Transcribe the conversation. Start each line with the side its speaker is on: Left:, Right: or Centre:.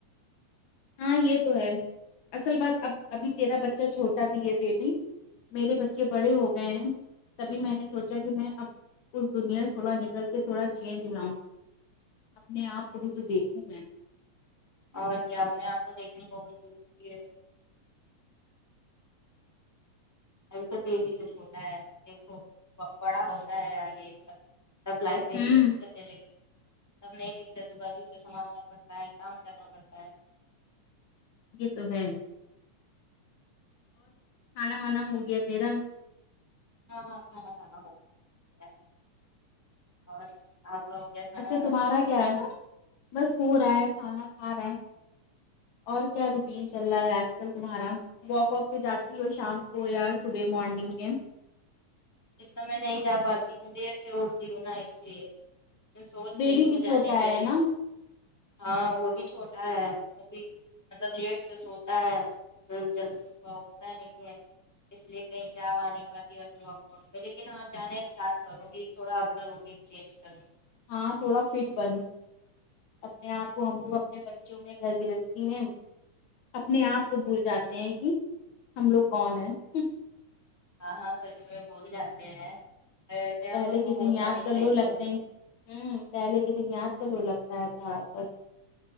Left: ہاں یہ تو ہے اصل بات اب ابھی تیرا بچہ چھوٹا بھی ہےبی میرے بچے بڑے ہو گئے ہیں تبھی میں نے سوچا کہ میں اب اس دنیا سے تھوڑا نکل کے تھوڑا چینج لاؤں اپنے آپ کو بھی تو دیکھوں میں
Centre: اور کیا اپنے آپ کو دیکھنا بہت ضروری ہے ابھی تو بیبی تو چھوٹا ہے دیکھو ب بڑا ہوتا ہے آگے تب لائف میری
Left: ہوں
Centre: اچھی چلنے لگی تب نہیں دقت ہوگا ابھی اسے سنبھالنا پڑتا ہے کام کرنا پڑتا ہے
Left: یہ تو ہے کھانا وانا ہو گیا تیرا
Centre: ہاں ہاں کھانا کھانا ہوگیا اور آپ کا ہو گیا کھانا
Left: اچھا
Centre: وانا
Left: تمہارا کیا ہے بس ہو رہا ہے کھانا کھا رہا ہے اور کیا روٹین چل رہا ہے آج کل تمہارا واک واک پہ جاتی ہو شام کو یا صبح مارننگ میں
Centre: اس سمے میں نہیں جا پاتی ہوں دیر سے اٹھتی ہوں نا اس لیے میں سوچ
Left: بیبی
Centre: رہی ہوں
Left: بھی
Centre: جانے
Left: چھوٹا
Centre: کے
Left: ہے
Centre: لیئے
Left: نا
Centre: ہاں وہ بھی چھوٹا ہے وہ بھی مطلب لیٹ سے سوتا ہے تو جلدی صبح اٹھتا نہیں ہے اس لیے کہیں جا وآ نہیں پاتی ابھی واک واک پہ لیکن ہاں جانا اسٹارٹ کروں گی تھوڑا اپنا روٹین چینج کروں
Left: ہاں تھوڑا فٹ بن اپنے آپ کو ہم لوگ اپنے بچوں میں گھر گرہستی میں اپنے آپ کو بھول جاتے ہیں کی ہم لوگ کون ہیں ہوں
Centre: ہاں ہاں سچ میں بھول جاتے ہیں ویسے ہم
Left: پہلے
Centre: لوگ
Left: کے
Centre: کو بھولنا
Left: دن یاد
Centre: نہیں
Left: کر
Centre: چاہیے
Left: لو لگتے ہیں ہوں پہلے کے دن یاد تو لو لگتا تھا بس